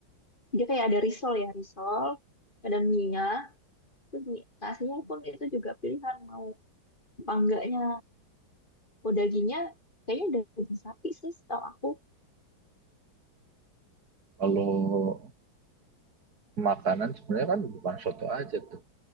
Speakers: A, on the left (about 25°); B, on the right (about 50°).
A: Dia kayak ada risol ya, risol, ada mie-nya, terus mie nasinya pun itu juga pilihan mau apa enggaknya. Oh, dagingnya kayaknya daging sapi sih setahu aku.
B: kalau makanan sebenarnya kan bukan soto aja tuh